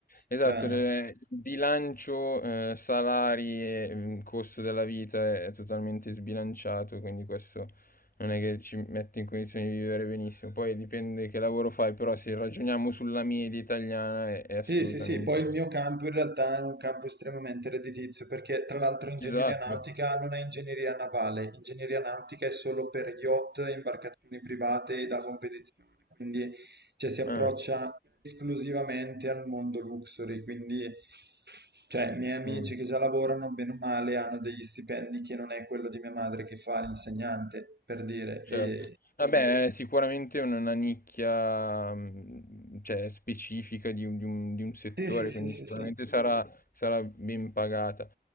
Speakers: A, on the left; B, on the right.
A: Esatto,
B: Cioè,
A: le- il bilancio, eh, salari e mm, costo della vita è, è totalmente sbilanciato, quindi questo non è che ci mette in condizione di vivere benissimo. Poi dipende che lavoro fai, però se ragioniamo sulla media italiana è, è assolutamente...
B: Sì, sì, sì, poi il mio campo in realtà è un campo estremamente redditizio perché tra l'altro ingegneria
A: Esatto.
B: nautica
A: beh,
B: non è ingegneria navale, ingegneria nautica è solo per yacht, imbarcazioni private e da competizione, quindi cioè, si approccia
A: eh,
B: esclusivamente al mondo luxury, quindi cioè, i miei amici
A: mm.
B: che già lavorano bene o male hanno degli stipendi che non è quello di mia madre che fa l'insegnante, per dire.
A: Certo.
B: E...
A: Vabbè, è sicuramente un- una nicchia, mh, cioè, specifica di un, di un- di un settore,
B: Sì, sì, sì,
A: quindi
B: sì,
A: sicuramente
B: sì.
A: sarà, sarà ben pagata.